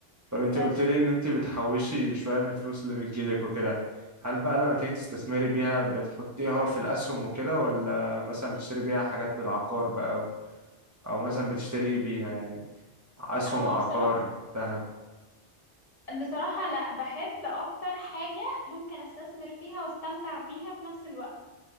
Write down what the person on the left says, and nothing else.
بس
هو
بصراحة
بصراحة لا بحب اكتر حاجة ممكن استثمر فيها واستمتع بيها في نفس الوقت